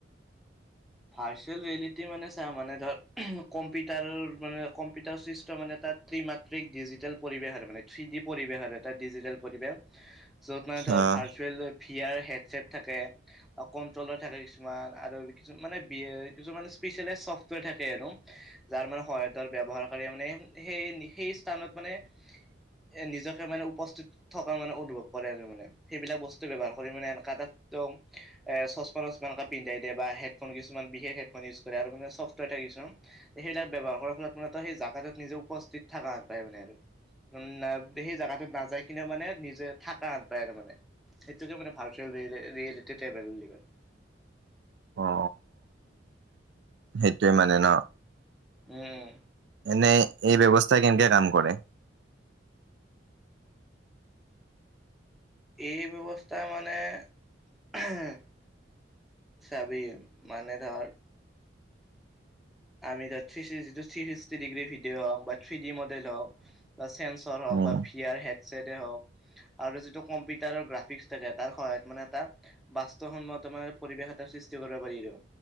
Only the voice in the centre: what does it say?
ভাৰ্চুৱেল ৰিয়েলিটী মানে চা মানে ধৰ উমহ কম্পিউটাৰ মানে কম্পিউটাৰ চিষ্টেম মানে তাত ত্ৰিমাত্ৰিক ডিজিটেল পৰিৱেশ আৰু মানে থ্ৰী ডি পৰিৱেশ আৰু এটা ডিজিটেল পৰিৱেশ। য'ত মানে ধৰ
ভাৰ্চুৱেল ভিয়াৰ হেড ছেট থাকে আৰু কন্ট্ৰল থাকে কিছুমান আৰু কিছু মানে বি এ কিছুমানে স্পেচিয়েলাইজ চফ্টৱেৰ থাকে আৰু যাৰ মানে সহায়ত আৰু ব্যৱহাৰকাৰীয়ে মানে সেই সেই স্থানত মানে এ নিজকে মানে উপস্থিত থকাৰ মানে অনুভৱ কৰে আৰু মানে সেইবিলাক বস্তু ব্যৱহাৰ কৰি মানে এনকা এটা একদম, এ চচমা- তচমা এনকা পিন্ধাই দিয়ে বা হে হেডফোন কিছুমান বিশেষ হেডফোন ইউজ কৰে আৰু মানে ছফ্টৱেৰ থাকে কিছুমান, সেইবিলাক ব্যৱহাৰ কৰাৰ ফলত মানে ত সেই জাগাটোত নিজ উপস্থিত থাকা পায় মানে আৰু। উম না সেই জাগাটোত নাযায় কিনেও মানে নিজে থাকা পায় আৰু মানে। সেইটোকে মানে ভাৰ্চুৱেল ৰিয়ে ৰিয়েলিটী ট্ৰেভেল বুলি কয়।
উম।
এই ব্যৱস্থা মানে, আহ চাবি মানে ধৰ আমি য'ত থ্ৰি ছি যিটো থ্ৰি ছিক্সটি ডিগ্ৰি ভিডিঅ' হওঁক বা থ্ৰি দি মডেল হওঁক বা চেমচৰ হওঁক
বা ফি আৰ হেদ চেদে হওঁক আৰু যিটো কমপি কম্পিউটাৰৰ গ্ৰাফিক্স থাকে তাৰ সহায়ত মানে তাপ বাস্তৱসন্মত তোমাৰ পৰিৱেশ এটা সৃষ্টি কৰিব পাৰি ৰ।